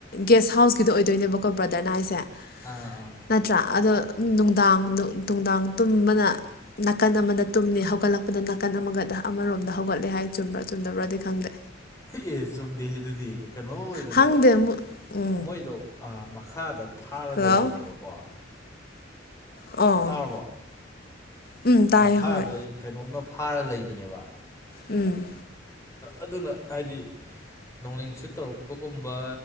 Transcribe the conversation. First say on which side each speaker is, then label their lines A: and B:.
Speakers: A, on the left; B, on the left.
A: ꯒꯦꯁ ꯍꯥꯎꯁꯀꯤꯗꯣ ꯑꯣꯏꯗꯣꯏꯅꯦꯕꯀꯣ ꯕ꯭ꯔꯗꯔꯅ ꯍꯥꯏꯁꯦ
B: ꯑꯥ ꯑꯥ
A: ꯅꯠꯇ꯭ꯔꯥ ꯑꯗꯣ ꯅꯨꯡꯗꯥꯡ ꯅꯨꯡꯗꯥꯡ ꯇꯨꯝꯕꯅ ꯅꯥꯀꯟ ꯑꯃꯗ ꯇꯨꯝꯅꯤ ꯍꯧꯒꯠꯂꯛꯄꯗ ꯅꯥꯀꯟ ꯑꯃꯒꯗ ꯑꯃꯔꯣꯝꯗ ꯍꯧꯒꯠꯂꯦ ꯍꯥꯏ ꯆꯨꯝꯕ꯭ꯔꯥ ꯆꯨꯝꯗꯕ꯭ꯔꯗꯤ ꯈꯪꯗꯦ
B: ꯑꯦ ꯆꯨꯝꯗꯦꯍꯦ ꯑꯗꯨꯗꯤ ꯀꯩꯅꯣ ꯑꯣꯏꯕꯅꯦ
A: ꯍꯪꯗꯦ ꯑꯃꯨꯛ ꯎꯝ
B: ꯃꯣꯏꯗꯣ ꯑꯥ ꯃꯈꯥꯗ ꯐꯥꯔ
A: ꯍꯜꯂꯣ
B: ꯂꯩꯕꯅꯦꯕꯀꯣ ꯑꯣ
A: ꯑꯣ
B: ꯇꯥꯔꯕꯣ
A: ꯎꯝ ꯇꯥꯏ
B: ꯃꯈꯥꯗꯩ
A: ꯍꯣꯏ
B: ꯀꯩꯅꯣꯝꯅ ꯐꯥꯔ ꯂꯩꯕꯅꯦꯕ
A: ꯎꯝ
B: ꯑꯗꯨꯅ ꯍꯥꯏꯗꯤ ꯅꯣꯡꯂꯩ ꯅꯨꯡꯁꯤꯠ ꯇꯧꯔꯛꯄꯒꯨꯝꯕ